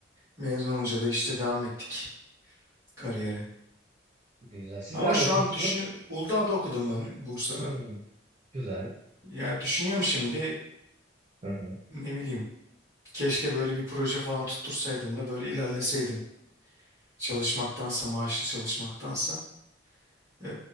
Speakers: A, on the right; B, on the right.
A: mezun olunca da işte devam ettik kariyere.
B: Güzel. Siz
A: Ama
B: nerede
A: şu
B: okumuştunuz?
A: an düşün Uludağ'da okudum ben Bursa'da.
B: Hmm, güzel.
A: Ya düşünüyorum şimdi
B: Hı hı.
A: ne bileyim keşke böyle bir proje falan tuttursaydım da böyle ilerleseydim. Çalışmaktansa maaşlı çalışmaktansa. E,